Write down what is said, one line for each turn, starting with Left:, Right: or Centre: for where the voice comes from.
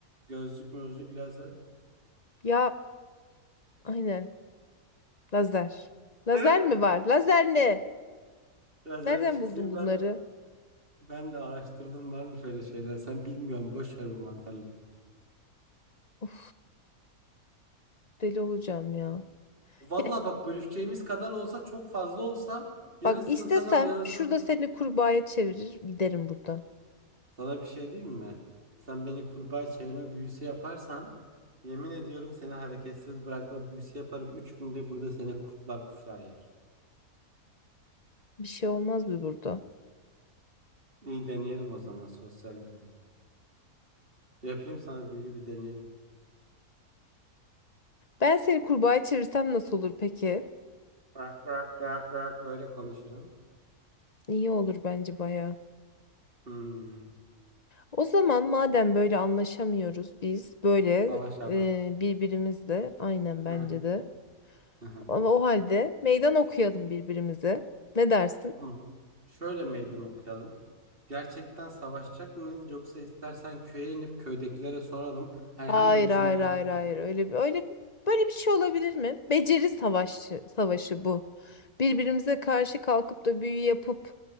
Right: Gözlük mözlük lazer.
Left: Ya aynen. Lazer. Lazer
Right: Hı?
Left: mi var? Lazer ne?
Right: Lazer
Left: Nereden
Right: çiziyorlar.
Left: buldun bunları?
Right: Ben de araştırdım var mı şöyle şeyler. Sen bilmiyorsun boş ver bu mantarları.
Left: Of deli olacağım ya.
Right: Valla
Left: Ya
Right: bak bölüşeceğimiz kadar olsa çok fazla olsa yarısını
Left: bak istesem
Right: sen al yarısını.
Left: şurada seni kurbağaya çevirir giderim buradan.
Right: Sana bir şey diyeyim mi? Sen beni kurbağa çevirme büyüsü yaparsan yemin ediyorum seni hareketsiz bırakma büyüsü yaparım. Üç günde burada seni kurtlar kuşlar yer.
Left: Bir şey olmaz mı burada?
Right: İyi deneyelim o zaman sosyal deney. Yapayım sana büyüyü bir deneyelim.
Left: Ben seni kurbağaya çevirsem nasıl olur peki?
Right: Rak rak rak rak böyle konuşurum.
Left: İyi olur bence baya.
Right: Hmm.
Left: O zaman madem böyle anlaşamıyoruz biz böyle
Right: Savaşalım.
Left: e, birbirimizle aynen bence
Right: Hı hı.
Left: de.
Right: Hı hı.
Left: Ama o halde meydan okuyalım birbirimize. Ne dersin?
Right: Tamam. Şöyle meydan okuyalım. Gerçekten savaşacak mıyız yoksa istersen köye inip köydekilere soralım. Hani
Left: Hayır
Right: hangimizin
Left: hayır
Right: daha
Left: hayır hayır
Right: çok
Left: öyle bir öyle böyle bir şey olabilir mi? Beceri savaşı savaşı bu. Birbirimize karşı kalkıp da büyü yapıp